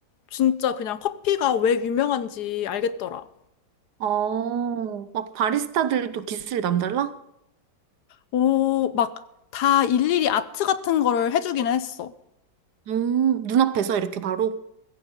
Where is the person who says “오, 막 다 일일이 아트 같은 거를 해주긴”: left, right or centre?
Left